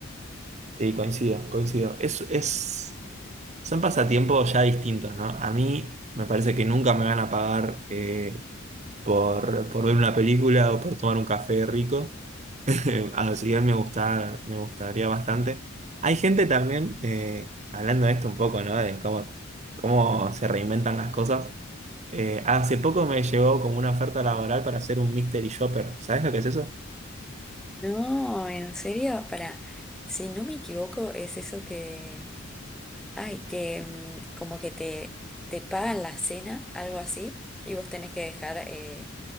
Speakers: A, on the right; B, in the centre.
A: Sí, coincido, coincido. Es, es, son pasatiempos ya distintos, ¿no? A mí me parece que nunca me van a pagar eh, por, por ver una película o por tomar un café rico. <laughs> Así que me gusta, me gustaría bastante. Hay gente también, eh, hablando de esto un poco, ¿no? De cómo, cómo se reinventan las cosas. Eh, hace poco me llegó como una oferta laboral para hacer un mystery shopper. ¿Sabes lo que es eso?
B: No, en serio, para, si no me equivoco, es eso que, ay, que mm, como que te, te pagan la cena, algo así, y vos tenés que dejar eh,